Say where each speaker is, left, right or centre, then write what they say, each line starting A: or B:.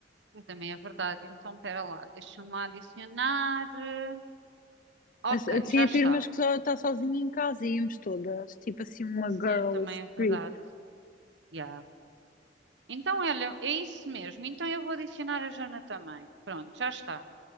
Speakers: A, on the right (about 70°); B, on the left (about 45°).
A: Também é verdade. Então, espera lá, deixa-me lá adicionar. eh, Ok,
B: Assim,
A: já
B: a
A: está.
B: tua irmã que só está sozinha em casa, íamos todas, tipo assim, uma
A: Sim,
B: girls
A: também é verdade.
B: trip.
A: Já. Então, olha, é isso mesmo. Então, eu vou adicionar a Jana também. Pronto, já está.